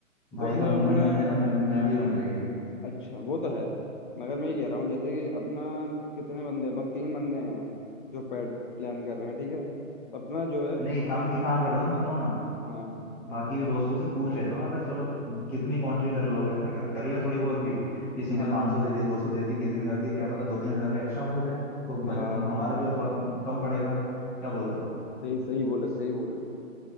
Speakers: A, in the centre; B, on the left (about 35°).
A: भाई
B: तो उसमें
A: का मोमेंट
B: अपने
A: बन जाएगा मेमोरी मेमोरी बन जाएगी
B: अच्छा वो तो है मगर मैं ये कह रहा हूँ जैसे कि अपना कितने बंदे अपना तीन बंदे हैं जो पैड प्लान कर रहे हैं ठीक है तो अपना जो है
A: नहीं एक काम एक काम करता हूँ ना सुनो ना
B: हाँ
A: बाकी भी दोस्तों से पूछ लेता हूँ अगर चलो कितनी कॉन्ट्री कर लोगे अगर कर ले थोड़ी बहुत भी किसी
B: हाँ
A: ने 500 सौ दे दी दो सौ दे दी किसी ने कर दी क्या पता दो तीन हजार का एक्स्ट्रा हो जाए तो बजट
B: हाँ
A: हम हमारे पे थोड़ा कम पड़ेगा क्या बोलते हो
B: सही सही बोले सही बोले